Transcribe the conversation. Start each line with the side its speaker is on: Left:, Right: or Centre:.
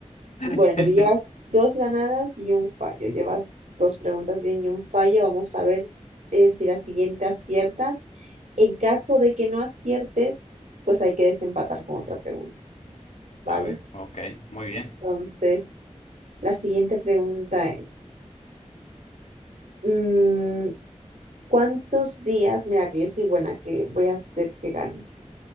Right: Bueno,
Left: <laughs>
Right: pero llevas dos ganadas y un fallo. Llevas dos preguntas bien y un fallo. Vamos a ver eh, si la siguiente aciertas. En caso de que no aciertes, pues hay que desempatar con otra pregunta, ¿vale?
Left: A ver. Ok. Muy bien.
Right: Entonces, la siguiente pregunta es, mm, ¿cuántos días? Mira, que yo soy buena, que voy a hacer que ganes.